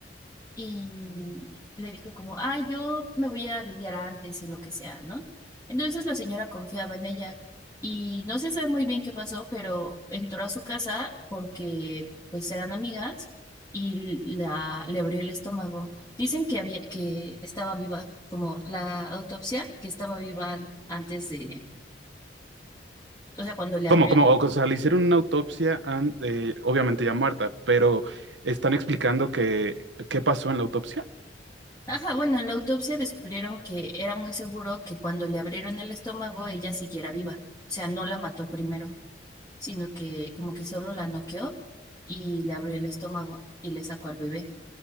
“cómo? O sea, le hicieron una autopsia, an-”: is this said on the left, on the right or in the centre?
Right